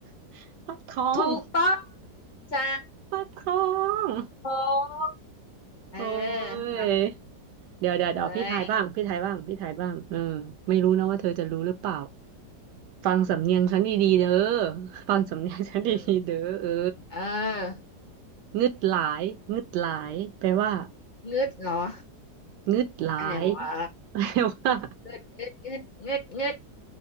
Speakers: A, on the right; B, on the left.
A: <laughs> ปักทอง
B: ถูกต้องจ้า
A: ปักทอง
B: ผมเออ
A: โอ้
B: มา
A: ย เดี๋ยวเดี๋ยวเดี๋ยวพี่ทายบ้างพี่ทายบ้างพี่ทายบ้างเออ
B: เอ้ย
A: ไม่รู้นะว่าเธอจะรู้หรือเปล่าฟังสำเนียงฉันดีๆเด้อฟังสำเนียงฉันดีๆเด้อเออ
B: อืมเออ
A: งึดหลายงึดหลายแปลว่า
B: งึดเหรอ
A: งึดหลาย
B: อะไรวะ
A: แปลว่า
B: งึดงึดงึดงึดงึด